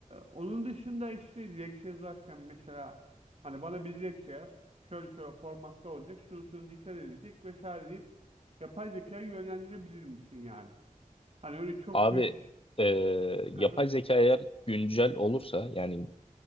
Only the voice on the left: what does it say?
Abi
e, yapay
zeka eğer güncel olursa yani